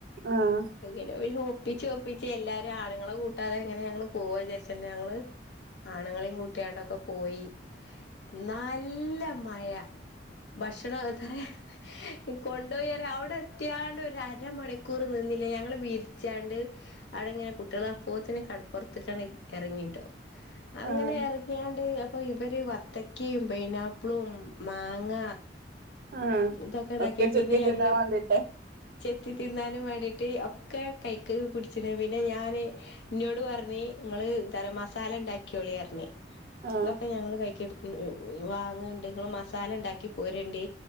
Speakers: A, on the right; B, on the left.
A: ആഹ്
B: പയ്യെ <unintelligible> പിന്നെ ഒപ്പിച്ചൊപ്പിച്ച് എല്ലാരാണ്ങ്ങളെ കൂട്ടാതെ ങ്ങനെ ഞങ്ങള് പോവാചാര്ച്ചണ്ട് ഞങ്ങള് ആണ്ങ്ങളെ കൂട്ട്യാണ്ടൊക്കെ പോയി നല്ല മഴ ഭക്ഷണ എത്തറെയ കൊണ്ടോയറ്യാ അവടെത്ത്യാണ്ടൊരരമണിക്കൂർ നിന്നില്ല ഞങ്ങള് വിരിച്ചാണ്ട് അടെങ്ങനെ കുട്ട്യെളപ്പോത്തിന് കടപ്പൊർത്ത്കാണ്ട് ഇറങ്ങിട്ടോ അങ്ങനെ
A: ആഹ്
B: ഇറങ്ങ്യാണ്ട് അപ്പോ ഇവര് വത്തക്കിം പൈനാപ്പ്ളും മാങ്ങ
A: ആഹ്
B: ഇതൊക്കെ താക്കി
A: ഒക്കെ
B: പിന്നെ
A: ചെത്തി
B: ഞങ്ങള്
A: തിന്നാൻ വേണ്ടിട്ട്
B: ചെത്തി തിന്നാനും വേണ്ടിയിട്ട് ഒക്കെ കൈക്ക് പിടിച്ച്ണ് പിന്നെ ഞാ ന് ഇന്നോട് പർഞ്ഞ് ഇങ്ങള് ഗരം മസാലണ്ടാക്ക്യോള്യർഞ്ഞ്.
A: ആഹ്
B: ഇതൊക്കെ ഞങ്ങള് കൈകെട് എഹ് എഹ് വാങ്ങ്ണ്ട് ഇങ്ങള് മസാല ണ്ടാക്കി പോരണ്ടി